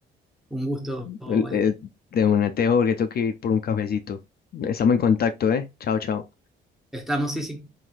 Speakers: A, in the centre; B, on the left.
A: Un gusto, Alejo.
B: El, el- de una, te dejo porque tengo que ir por un cafecito. Estamos en contacto, ¿eh? Chao, chao.
A: Estamos, sí, sí.